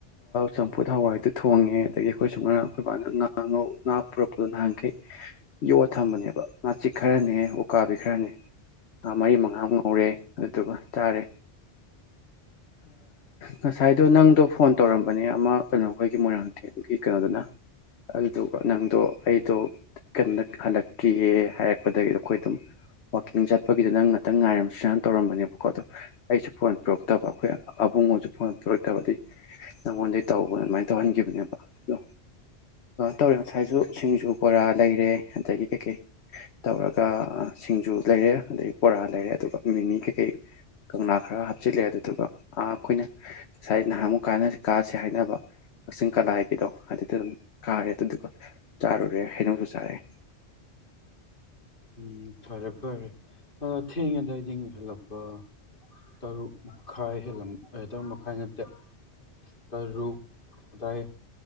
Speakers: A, on the left (about 70°); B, on the left (about 50°).
A: ꯆꯝꯐꯨꯠ ꯍꯋꯥꯏꯗꯨ ꯊꯣꯡꯉꯦ ꯑꯗꯒꯤ ꯑꯩꯈꯣꯏ ꯁꯨꯃꯥꯏꯅ ꯑꯩꯈꯣꯏ ꯃꯥꯅ ꯉꯥ ꯉꯧ ꯉꯥ ꯄꯨꯔꯛꯄꯗꯣ ꯅꯍꯥꯟꯈꯩ ꯌꯣꯠ ꯊꯝꯕꯅꯦꯕ ꯉꯥꯆꯤꯛ ꯈꯔꯅꯦ ꯎꯀꯥꯕꯤ ꯈꯔꯅꯦ ꯃꯔꯤ ꯃꯉꯥꯃꯨꯛ ꯉꯧꯔꯦ ꯑꯗꯨꯗꯨꯒ ꯆꯥꯔꯦ ꯉꯁꯥꯏꯗꯣ ꯅꯪꯗꯣ ꯐꯣꯟ ꯇꯧꯔꯝꯕꯅꯦ ꯑꯃ ꯀꯩꯅꯣ ꯑꯩꯈꯣꯏꯒꯤ ꯃꯣꯏꯔꯥꯡꯊꯦꯝꯒꯤ ꯀꯩꯅꯣꯗꯨꯅ ꯑꯗꯨꯗꯨꯒ ꯅꯪꯗꯣ ꯑꯩꯗꯣ ꯀꯩꯅꯣ ꯍꯜꯂꯛꯇ꯭ꯔꯤꯌꯦ ꯍꯥꯏꯔꯛꯄꯗꯒꯤꯣ ꯑꯩꯈꯣꯏ ꯑꯗꯨꯝ ꯋꯥꯋꯥꯛꯀꯤꯡ ꯆꯠꯄꯒꯤꯗ ꯅꯪ ꯉꯥꯛꯇꯪ ꯉꯥꯏꯔꯝꯁꯤꯅ ꯇꯧꯔꯝꯕꯅꯦꯕꯀꯣ ꯑꯗꯣ ꯑꯩꯁꯨ ꯐꯣꯟ ꯄꯔꯛꯇꯕ ꯑꯩꯈꯣꯏ ꯑꯕꯨꯡꯉꯣꯁꯨ ꯐꯣꯟ ꯄꯔꯛꯇꯕꯗꯤ ꯅꯉꯣꯟꯗꯩ ꯇꯧꯕ ꯑꯗꯨꯃꯥꯏꯅ ꯇꯧꯍꯟꯈꯤꯕꯅꯦꯕ ꯑꯗꯣ ꯇꯧꯔꯦ ꯉꯁꯥꯏꯁꯨ ꯁꯤꯡꯖꯨ ꯕꯣꯔꯥ ꯂꯩꯔꯦ ꯑꯗꯒꯤ ꯀꯩꯀꯩ ꯇꯧꯔꯒ ꯁꯤꯡꯖꯨ ꯂꯩꯔꯦ ꯑꯗꯗꯒꯤ ꯕꯣꯔꯥ ꯂꯩꯔꯦ ꯑꯗꯨꯒ ꯃꯤꯃꯤ ꯀꯩꯀꯩ ꯀꯪꯂꯥ ꯈꯔ ꯍꯥꯞꯆꯤꯜꯂꯦ ꯑꯗꯨꯗꯨꯒꯥ ꯑꯩꯈꯣꯏꯅ ꯉꯁꯥꯏ ꯅꯍꯥꯟꯃꯨꯛ ꯀ ꯀꯥꯥꯁꯦ ꯍꯥꯏꯅꯕ ꯀꯛꯆꯤꯡ ꯀꯂꯥꯒꯤꯗꯣ ꯑꯗꯨꯗ ꯑꯗꯨꯝ ꯀꯥꯔꯦ ꯑꯗꯨꯗꯨꯒ ꯆꯥꯔꯨꯔꯦ ꯍꯩꯅꯁꯨ ꯆꯥꯔꯛꯑꯦ
B: ꯎꯝ ꯐꯔꯦ ꯐꯔꯦ ꯑꯗꯣ ꯊꯦꯡꯉꯗꯏꯗꯤꯡ ꯍꯦꯜꯂꯛꯄ ꯇꯔꯨꯛ ꯃꯈꯥꯏ ꯍ ꯇꯔꯨꯛ ꯃꯈꯥꯏ ꯅꯠꯇꯦ ꯇꯔꯨꯛ ꯑꯗꯥꯏ